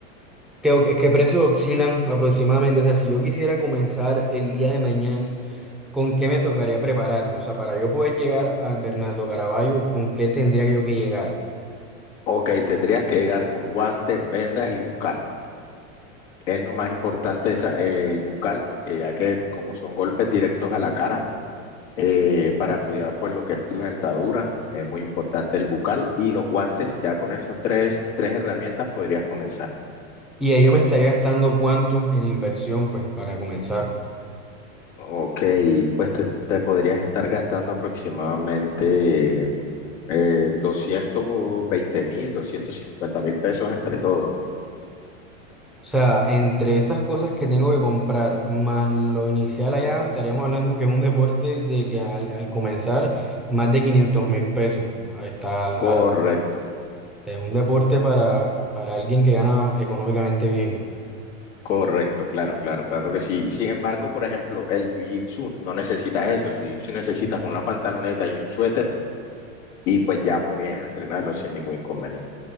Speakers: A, in the centre; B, on the left.
A: ¿Qué, qué precios oscilan aproximadamente? O sea, si yo quisiera comenzar el día de mañana, ¿con qué me tocaría prepararme? O sea, para yo poder llegar al Bernardo Caraballo, ¿con qué tendría yo que llegar?
B: Ok, tendrías que llegar con guantes, vendas y bucal. Es lo más importante esa- eh, el bucal, porque ya que como son golpes directos a la cara, eh, para cuidar pues lo que es tu dentadura, es muy importante el bucal y los guantes, ya con esas tres, tres herramientas podrías comenzar.
A: Y ahí yo me estaría gastando cuánto en inversión, pues, para comenzar.
B: Ok, pues te, te podrías estar gastando aproximadamente eh, doscientos veinte mil, doscientos cincuenta mil pesos entre todo.
A: O sea, entre estas cosas que tengo que comprar, más lo inicial allá, estaríamos hablando que es un deporte de que al, al comenzar, más de quinientos mil pesos. Ahí está,
B: Correcto.
A: ah, es un deporte para, para alguien que gana económicamente bien.
B: Correcto, claro, claro, claro que sí. Sin embargo, por ejemplo, el jiu-jitsu no necesitas eso. El jiu-jitsu necesitas una pantaloneta y un suéter y pues ya podrías entrenarlo sin ningún inconveniente.